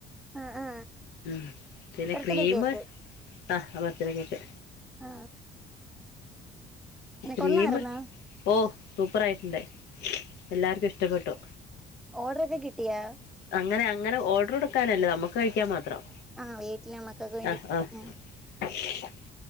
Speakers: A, in the centre; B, on the left.
A: ആ ആ
B: ഉം പിന്നെ
A: ബർത്ത്ഡേ
B: ക്രീമ്മ്
A: കേക്ക്
B: ആ ബർത്തിടക്കൊക്കെ
A: ആ ആ
B: ക്രീമ്മ്
A: കൊള്ളായിരുന്നോ
B: ഓ സൂപ്പറായിട്ട്ണ്ട് എല്ലാർക്കും ഇഷ്ടപ്പെട്ടു
A: ഓർഡർ ഒക്കെ കിട്ടിയാ
B: അങ്ങനെ അങ്ങനെ ഓർഡർ കൊടുക്കാനല്ലേ നമ്മുക്ക് കഴിക്കാൻ മാത്രം
A: ആ വീട്ടിലെ മക്കൾക്ക് വേണ്ടിട്ടൊക്കെയാ
B: ആഹ് ആഹ്
A: ഉം
B: <inaudible>